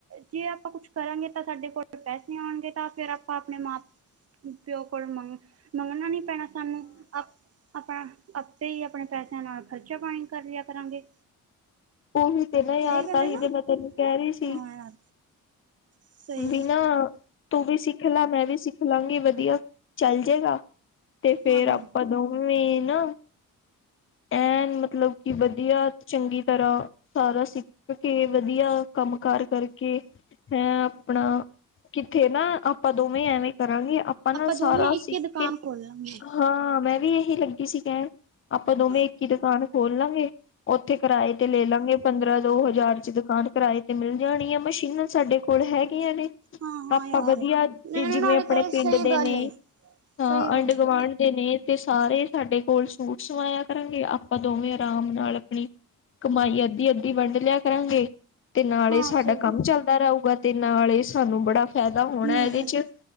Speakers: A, on the right; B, on the left.
A: ਜੇ ਆਪਾਂ ਕੁਛ ਕਰਾਂਗੇ ਤਾਂ ਸਾਡੇ ਕੋਲ ਪੈਸੇ ਆਉਣਗੇ ਤਾਂ ਫ਼ੇਰ ਆਪਾਂ ਆਪਣੇ ਮਾਂ-ਪਿਓ ਕੋਲੋਂ ਮੰਗ-ਮੰਗਣਾ ਨੀਂ ਪੈਣਾ ਸਾਨੂੰ। ਆਪਣਾ, ਆਪੇ ਈ ਆਪਣੇ ਪੈਸਿਆਂ ਨਾਲ ਖਰਚਾ-ਪਾਣੀ ਕਰ ਲਿਆ ਕਰਾਂਗੇ।
B: ਉਹੀ ਤੇ ਨਾ ਯਾਰ
A: ਸਹੀ ਗੱਲ
B: ਤਾਂਹੀ
A: ਹੈ ਨਾ
B: ਤੇ ਮੈਂ ਤੈਨੂੰ ਕਹਿ ਰਹੀ ਸੀ।
A: ਹਾਂ ਯਾਰ ਸਹੀ
B: ਵੀ ਨਾ ਤੂੰ ਵੀ ਸਿੱਖ ਲਾ, ਮੈਂ ਵੀ ਸਿੱਖ ਲਾਂਗੀ, ਵਧੀਆ ਚੱਲ ਜੇਗਾ ਤੇ ਫੇਰ
A: ਹਾਂ ਯਾਰ
B: ਆਪਾਂ ਦੋਵੇਂ ਨਾ ਐਨ ਮਤਲਬ ਕਿ ਵਧੀਆ, ਚੰਗੀ ਤਰ੍ਹਾਂ ਸਾਰਾ ਸਿੱਖ ਕੇ, ਵਧੀਆ ਕੰਮ-ਕਾਰ ਕਰਕੇ, ਹੈਂ ਆਪਣਾ ਕਿੱਥੇ ਨਾਂ ਆਪਾਂ ਦੋਵੇਂ ਐਵੇਂ ਕਰਾਂਗੇ ਆਪਾਂ ਨਾਂ ਸਾਰਾ
A: ਦੋਵੇਂ ਇੱਕ
B: ਸਿੱਖ
A: ਹੀ ਦੁਕਾਨ
B: ਕੇ
A: ਖੋਲ ਲਾਂਗੇ
B: ਹਾਂ ਮੈਂ ਵੀ ਇਹੀ ਲੱਗੀ ਸੀ ਕਹਿਣ, ਆਪਾਂ ਦੋਵੇਂ
A: ਹਾਂ
B: ਇੱਕ ਈ ਦੁਕਾਨ ਖੋਲ ਲਾਂਗੇ। ਉੱਥੇ ਕਿਰਾਏ ਤੇ ਲੈ ਲਾਂਗੇ ਪੰਦਰਾਂ-ਦੋ ਹਜ਼ਾਰ ਚ' ਦੁਕਾਨ। ਕਿਰਾਏ ਤੇ ਮਿਲ ਜਾਣੀਆਂ, ਮਸ਼ੀਨਾਂ ਸਾਡੇ ਕੋਲ ਹੈਗੀਆਂ ਨੇ।
A: ਹਾਂ ਹਾਂ
B: ਆਪਾਂ
A: ਯਾਰ
B: ਵਧੀਆ, ਜਿਵੇਂ
A: ਨਾਲੇ
B: ਆਪਣੇ
A: ਤਾਂ ਇਹ
B: ਪਿੰਡ
A: ਸਹੀ
B: ਦੇ
A: ਗੱਲ
B: ਨੇਂ,
A: ਏ
B: ਹਾਂ
A: ਸਹੀ ਗੱਲ
B: ਆਂਢ-ਗੁਆਂਢ
A: ਏ।
B: ਦੇ ਨੇ ਤੇ ਸਾਰੇ ਸਾਡੇ ਕੋਲ ਸੂਟ ਸਵਾਇਆ ਕਰਾਂਗੇ ਆਪਾਂ ਦੋਵੇਂ ਆਰਾਮ ਨਾਲ ਆਪਣੀ ਕਮਾਈ ਅੱਧੀ-ਅੱਧੀ ਵੰਡ ਲਿਆ ਕਰਾਂਗੇ। ਤੇ ਨਾਲੇ
A: ਹਾਂ
B: ਈ ਸਾਡਾ
A: ਸਹੀ
B: ਕੰਮ ਚੱਲਦਾ ਰੳਗਾ, ਤੇ ਨਾਲੇ ਈ ਸਾਨੂੰ ਬੜਾ ਫੈਦਾ ਹੋਣਾ
A: ਹਮ
B: ਇਦੇ ਚ